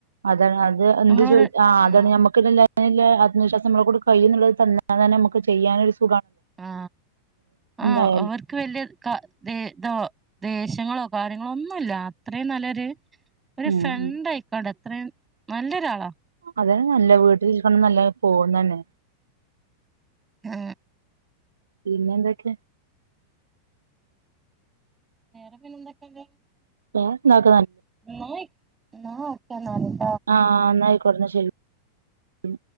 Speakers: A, on the right; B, on the right.
A: അതാണ് അത് എന്ത്
B: നമ്മളോട്
A: ചോയി ആ
B: ആഹ്
A: അതാണ് നമ്മക്ക് <unintelligible> ല്ലേ ആത്മവിശ്വാസം നമ്മളെ കൊണ്ട് കഴിയുന്നുള്ളത് തന്ന തന്നെ നമ്മക്ക് ചെയ്യാനൊര് സ്
B: ആ ആ
A: എന്തായാലും
B: അവർക്ക് വല്യ ക ദേ ദോ ദേശ്യങ്ങളോ കാര്യങ്ങളൊന്നുല്ല അത്രയും നല്ലെര് ഒരു
A: ഉം
B: ഫ്രണ്ട്
A: ഉം
B: ആയിക്കോട്ടെ അത്രേം നല്ലൊരാളാ
A: അതെ നല്ല വീട്ടിൽ <unintelligible> നല്ല പോന്നനെ
B: മ്മ്
A: പിന്നെ എന്തൊക്കെ
B: വേറെ പിന്നെന്തൊക്കെയുണ്ട്
A: വേറെ ക്ലാസ്സ്‌
B: നന്നായി ന്നാ ഓക്കെ നാ
A: ആഹ് എന്നായികോട്ടെന്ന ശെരി ഉം